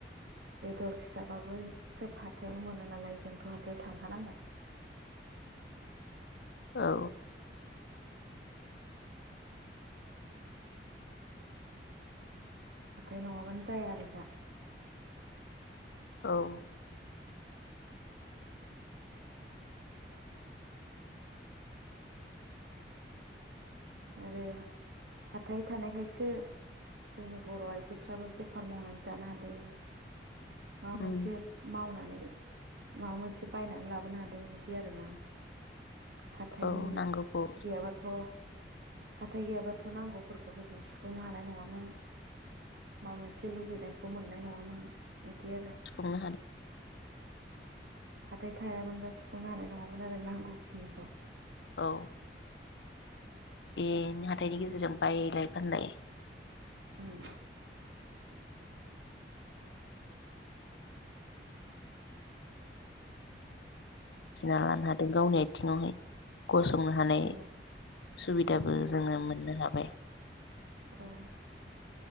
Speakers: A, on the right; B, on the left.
A: बेदर हाबाबो सोब हाथायावनो मोनो नालाय जोंथ' हाथायाव थांखानांगोन
B: औ
A: नाथाय नङाबानो जाया आरो दा
B: औ
A: <unintelligible> आरो हाथाय थानायखायसो जोंनि बर' आइजोफ्राबो बेफार मावनानै जानो हादों माबा
B: उम
A: मोनसे मावनानै माबा मोनसे बायनानै लाबोनो हादों बिदि आरो ना हाथाय
B: औ नांगौखौ
A: गैयाबाथ' हाथाय गैयाबाथ' नांगौफोरखौबो जों सुफुंनो हानाय नङामोन माबा मोनसे लुुबैनायखौ मोननाय नङामोन आरो
B: सुफुंनो हादों
A: हाथाय थायामोनबा सुफुंनो हानाय नङामोन आरो नांगौखिनिखौ
B: औ बेनो हाथाइनि गेजेरजों बायलाय फानलाय
A: उम
B: मिथिना लानो हादों गावनि थिङाव हाय गसंनो हानाय
A: औ
B: सुबिदाबो
A: उम
B: जोङो मोननो हाबाय
A: औ